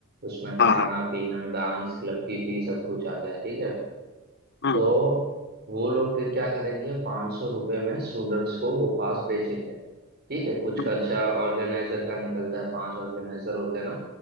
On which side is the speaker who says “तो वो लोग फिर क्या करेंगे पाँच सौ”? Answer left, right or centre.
Right